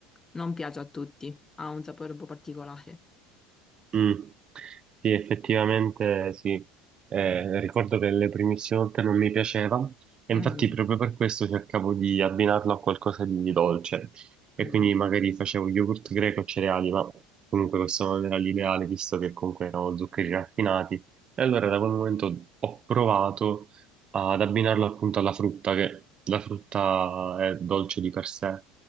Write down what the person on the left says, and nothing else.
non piace a tutti, ha un sapore un po' particolare.
Mm,
mm.